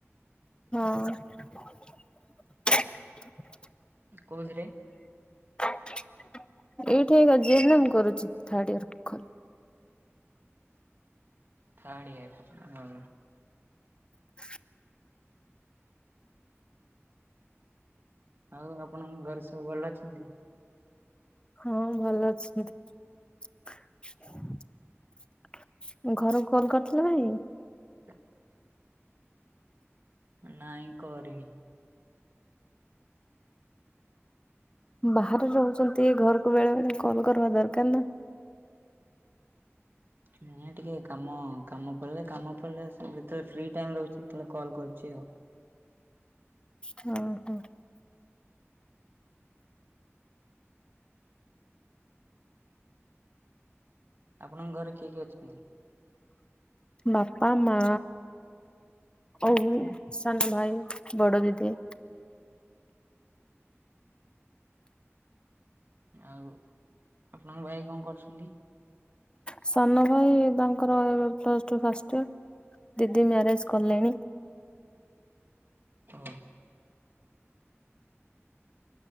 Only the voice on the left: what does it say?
ହଁ।
ଏଇଠି ଏକା ଜି ଏନ୍ ଏମ୍ କରୁଚି ଥାର୍ଡ ଇୟର ଖ
<inaudible>
ହଁ ଭଲ ଅଛନ୍ତି। ଘରୁକୁ କଲ୍ କରିଥିଲ ଭାଇ?
ବାହାରେ ରହୁଛନ୍ତି ଘରୁକୁ ବେଳେ ବେଳେ କଲ୍ କରିବା ଦରକାର ନା।
ହଁ ହଁ।
ବାପା, ମା ଆଉ ସାନ ଭାଇ ବଡ଼ ଦିଦି।
ସାନ ଭାଇ ତାଙ୍କର ପ୍ଲସ୍ ଟୁ ଫାଷ୍ଟ ଇୟର୍। ଦିଦି ମ୍ୟାରେଜ୍ କଲେଣି।